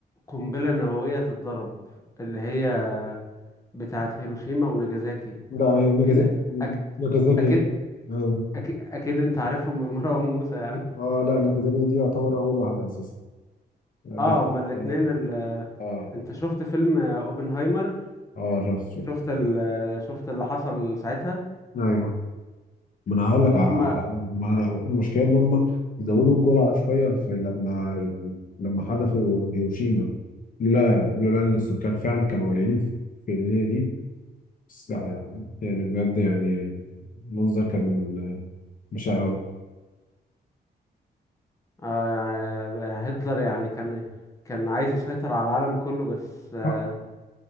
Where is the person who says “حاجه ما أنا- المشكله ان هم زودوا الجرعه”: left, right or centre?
Left